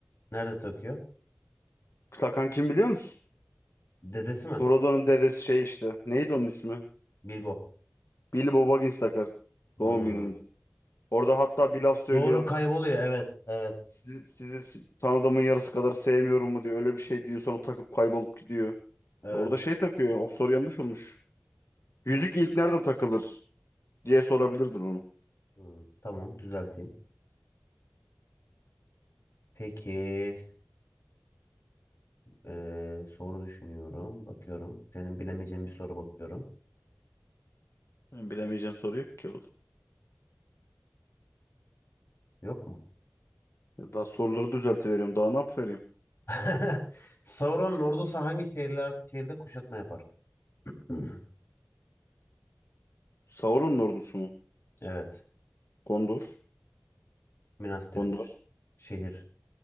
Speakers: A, on the left; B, on the left.
A: Nerede takıyor?
B: Takan kim biliyor musun?
A: Dedesi mi?
B: Frodo'nun dedesi şey işte. Neydi onun ismi?
A: Bilbo.
B: Bilbo Baggins takar.
A: Hmm.
B: Doğum gününde. Orada hatta bir laf söylüyor.
A: Doğru kayboluyor. Evet. Evet.
B: Sizi, sizi si- tanıdığımın yarısı kadar sevmiyorum mu diyor. Öyle bir şey diyor. Sonra takıp kaybolup gidiyor.
A: Evet.
B: Orada şey takıyor. O soru yanlış olmuş. Yüzük ilk nerede takılır? diye sorabilirdin onu.
A: Hmm, Tamam düzelteyim. Peki eee, soru düşünüyorum. Bakıyorum. Senin bilemeyeceğin bir soru bakıyorum.
B: Benim bilemeyeceğim soru yok ki orada.
A: Yok mu?
B: E, Daha soruları düzeltiveriyorum. Daha ne yapıvereyim?
A: <laughs> Sauron'un ordusu hangi şehirler şehirde kuşatma yapar? <clears throat>
B: Sauron'un ordusu mu?
A: Evet.
B: Gondor.
A: Minas Tirith.
B: Gondor.
A: Şehir.